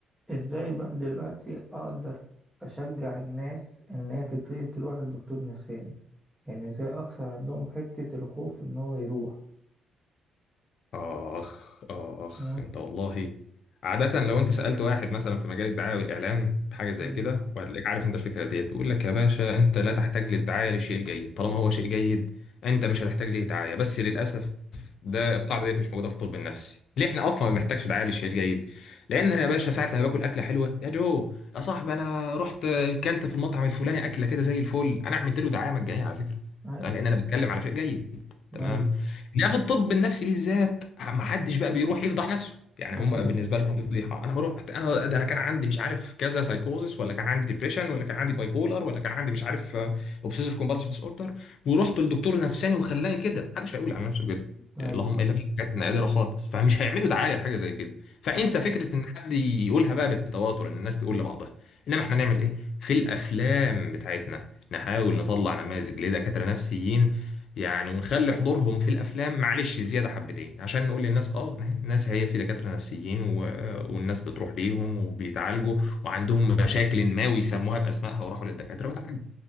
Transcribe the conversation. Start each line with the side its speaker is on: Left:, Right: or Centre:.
Centre: ازاي بقى دلوقتي اقدر اشجع الناس ان هي تبتدي تروح لدكتور نفساني يعني ازاي اكسر عندهم حتة الخوف ان هو يروح
Left: اخ اخ
Centre: مم.
Left: انت والله عادة لو انت سألت واحد مثلا في مجال الدعاية والإعلان بحاجة زي
Centre: مم.
Left: كده وهتلاقيك عارف انت الفكرة ديت بيقول لك يا باشا انت لا تحتاج للدعاية لشيء جيد طالما هو شيء جيد انت مش هتحتاج ليه دعاية بس للأسف ده القاعدة ديت مش موجودة في الطب النفسي ليه احنا أصلا ما بنحتاجش دعاية لشيء جيد لأن أنا يا باشا ساعة لما باكل أكلة حلوة يا جو يا صاحبي أنا رحت كلت في المطعم الفلاني أكلة كده زي الفل أنا عملت له دعاية مجانية على فكرة
Centre: ايوه
Left: تمام لأن أنا بتكلم على شيء جيد تمام
Centre: ايوه
Left: لا في الطب النفسي بالذات ما حدش بقى بيروح يفضح نفسه يعني
Centre: اكيد
Left: هم بالنسبه لهم دي فضيحه انا بروح انا ده انا كان عندي مش عارف كذا سايكوزس ولا كان عندي ديبريشن ولا كان عندي باي بولر ولا كان عندي مش عارف اوبسيسيف كومبالسيف ديس اوردر ورحت للدكتور نفساني وخلاني كده محدش هيقول على نفسه كده
Centre: ايوه
Left: اللهم الا حاجات نادره خالص فمش هيعملوا دعايه لحاجه زي كده فانسى فكره ان حد يقولها بقى بالتواتر ان الناس تقول لبعضها انما احنا نعمل ايه في الافلام بتاعتنا نحاول نطلع نماذج لدكاتره نفسيين يعني ونخلي حضورهم في الافلام معلش زياده حبتين عشان نقول للناس اه الناس هي في دكاتره نفسيين و... والناس بتروح ليهم وبيتعالجوا وعندهم مشاكل ما ويسموها باسمائها وراحوا للدكاتره وتعالجوا